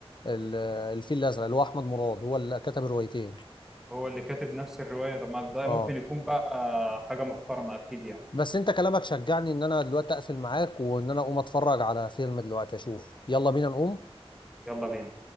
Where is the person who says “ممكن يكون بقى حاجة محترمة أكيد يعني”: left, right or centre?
Centre